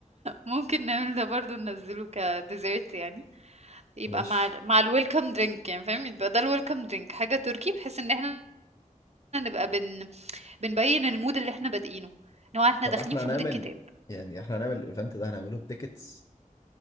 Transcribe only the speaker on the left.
مش
طب
احنا
هنعمل
يعني احنا هنعمل الايفنت ده هنعمله بتيكتس